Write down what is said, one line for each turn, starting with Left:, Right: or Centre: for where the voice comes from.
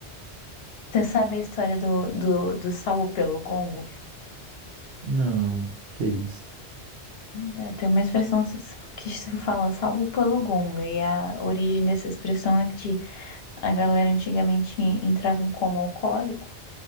Left: você sabe a história do, do, do salvo pelo gongo?
Right: Não, que isso.
Left: Ainda Tem uma expressão se- que se fala salvo pelo gongo, e a origem dessa expressão é que a galera antigamente entrava em coma alcoólico